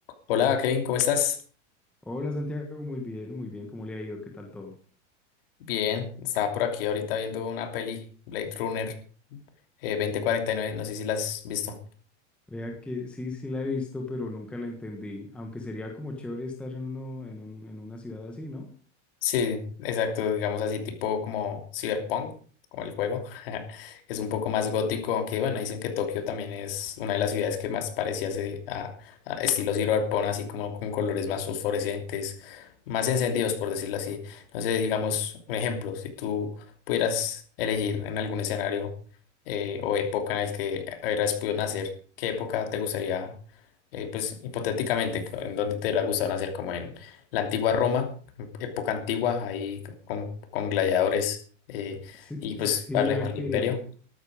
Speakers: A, on the left (about 50°); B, in the centre.
A: Hola Kevin, ¿cómo estás?
B: Hola Santiago, muy bien, muy bien, ¿cómo le ha ido? ¿Qué tal todo?
A: Bien, estaba por aquí ahorita viendo una peli, Blade Runner eh, 2049, no sé si la has visto.
B: Vea que sí, sí la he visto, pero nunca la entendí, aunque sería como chévere estar en uno, en un, en una ciudad así, ¿no?
A: Sí, exacto, digamos así, tipo como Cyberpunk, como el juego. <laughs> Es un poco más gótico, aunque bueno, dicen que Tokio también es una de las ciudades que más parecía se- a, a estilo Cyberpunk, así como con colores más fosforescentes, más encendidos, por decirlo así. Entonces, digamos, un ejemplo, si tú pudieras elegir en algún escenario eh, o época en el que hubieras podido nacer, ¿qué época te gustaría, eh, pues hipotéticamente, en dónde te hubiera gustado nacer, como en la antigua Roma? época antigua, ahí con, con gladiadores eh,
B: Sí,
A: y pues
B: sí,
A: va a reinar
B: vea que
A: el imperio.